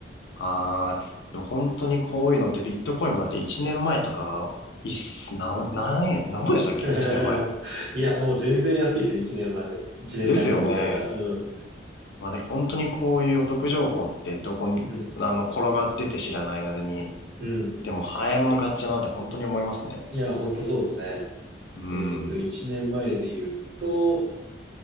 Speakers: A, on the left (about 70°); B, on the right (about 75°).
A: ああ。でも本当にこういうのってビットコインもだって1年前とか、いっす、なん、何円、何ぼでしたっけ
B: <laughs>
A: ?1 年前。
B: いや、もう全然安いですよ。1年前、一年前まえまで行っちゃったら。
A: ですよね。
B: うん。
A: まあで、本当にこういうお得情報ってどこに、
B: うん。
A: あの、転がってて知らない間に、
B: うん。
A: でも早い者勝ちだなって本当に思いますね。
B: いや、ほんとそうですね。
A: うー
B: えっと、1年前で言うと、
A: ん。